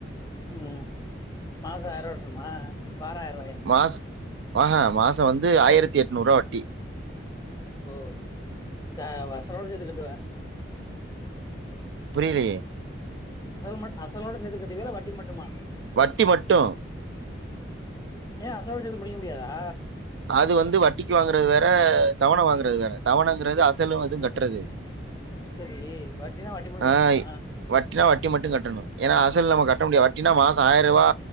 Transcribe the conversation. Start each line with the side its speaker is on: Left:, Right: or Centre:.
Left: ம் மாசோ ஆயர்வா கட்னுமா வாரொ ஆயர்வாயா
Right: மாச் ஆஹ மாசொ வந்து ஆயிரத்தி எட்நூர்வா வட்டி
Left: ஓ க அப அசலோட சேத்து கட்டுவே
Right: புரிலியே
Left: அசலு மட் அசலோட சேத்து கட்டுவியா இல்ல வட்டி மட்டுமா
Right: வட்டி மட்டு
Left: ஏ அசலு சேத்து முடிக்க முடியாதா
Right: அது வந்து வட்டிக்கி வாங்கறது வேற தவண வாங்கறது வேற தவணகிங்றது அசலு இதுங் கட்றது
Left: செரி வட்டினா வட்டி மட்டு கட்டணுமா
Right: ஆ வட்டினா வட்டி மட்டு கட்டன எனா அசல் நம்ம கட்ட முடியா வட்டினா மாசொ ஆயிரவா